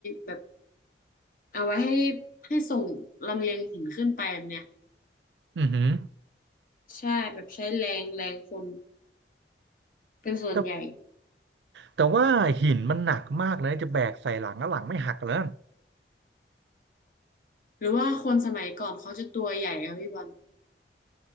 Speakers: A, on the left (about 50°); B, on the right (about 75°).
A: แบบ เอาไว้ให้ให้ส่งลำเลียงหินขึ้นไปแบบเนี้ย
B: อือหือ
A: ใช่แบบใช้แรงแรงคนเป็นส่วนใหญ่
B: แต่แต่ว่าหินมันหนักมากเลยนะจะแบกใส่หลังแล้วหลังไม่หักแลย
A: หรือว่าคนสมัยก่อนเขาจะตัวใหญ่อะพี่บอล